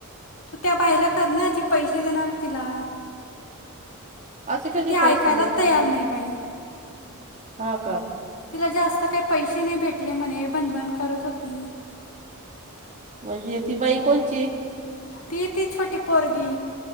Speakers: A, on the left (about 65°); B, on the right (about 35°).
A: त्या बाईला कर ना जी पैसे देणार आहे तिला.
B: असे कसे
A: तर ती ऐकायलाच
B: पैसे द्यायचे?
A: तयार नाही बाई
B: हा का.
A: तिला जास्त काही पैसे नाही भेटले म्हणे भनभन करत होती.
B: म्हणजे ती बाई कोणची.
A: ती ती छोटी पोरगी.